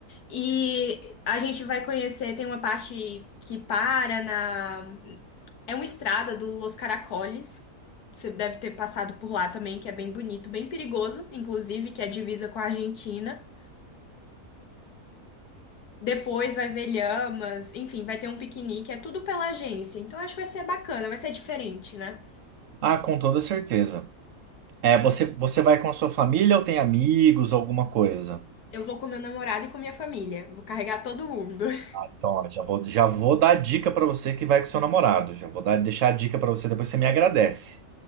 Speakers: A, on the left; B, on the right.
A: E a gente vai conhecer, tem uma parte que para na. É uma estrada do Los Caracoles. Você deve ter passado por lá também, que é bem bonito, bem perigoso, inclusive, que é divisa com a Argentina. Depois vai ver lhamas, enfim, vai ter um piquenique, é tudo pela agência. Então acho que vai ser bacana, vai ser diferente, né?
B: Ah, com toda certeza. É, você, você vai com a sua família ou tem amigos, alguma coisa?
A: Eu vou com meu namorado e com minha família, vou carregar todo mundo. <laughs>
B: Então, ó, já vou, já vou dar a dica pra você que vai com seu namorado. Já vou dar, deixar a dica pra você, depois você me agradece.